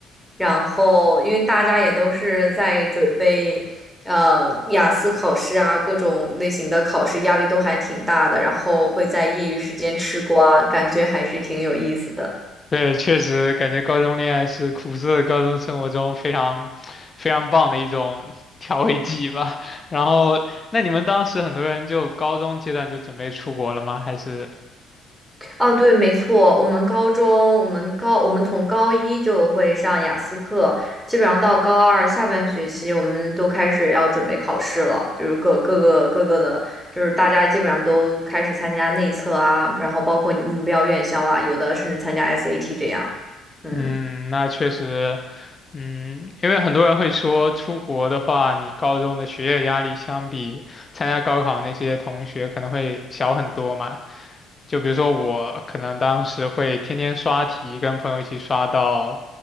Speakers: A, in the centre; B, on the left.
A: 然后因为大家也都是在准备，呃，雅思考试啊，各种类型的考试，压力都还挺大的，然后会在业余时间吃瓜，感觉还是挺有意思的。
B: 对，确实感觉高中恋爱是苦涩的高中生活中非常非常棒的一种 <laughs> 调味剂吧。然后，那你们当时很多人就高中阶段就准备出国了吗？还是？
A: 哦，对，没错，我们高中，我们高，我们从高一就会上雅思课，基本上到高二下半学期，我们都开始要准备考试了，就是各各个各个的，就是大家基本上都开始参加内测啊，然后包括你目标院校啊，有的甚至参加 SAT 这样，嗯。
B: 嗯，那确实，嗯，因为很多人会说出国的话，你高中的学业压力相比参加高考那些同学可能会小很多嘛。就比如说我可能当时会天天刷题，跟朋友一起刷到